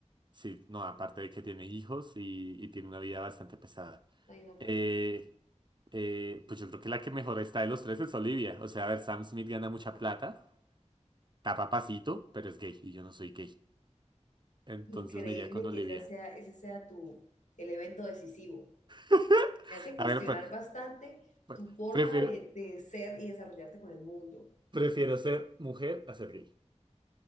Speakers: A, on the right; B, on the left.
A: sí, no, aparte de que tiene hijos y, y tiene una vida bastante pesada.
B: Ay, no, por
A: Eh,
B: eso.
A: Eh, pues yo creo que la que mejor está de los tres es Olivia. O sea, a ver, Sam Smith gana mucha plata, está papacito, pero es gay y yo no soy gay. Entonces
B: Increíble
A: me iría con Olivia.
B: que esa sea, ese sea tu elemento decisivo.
A: <laughs>
B: Me hace cuestionar
A: A ver, pre-
B: bastante
A: pre-
B: tu forma
A: prefiero,
B: de, de ser y desarrollarte con el mundo.
A: prefiero ser mujer a ser gay.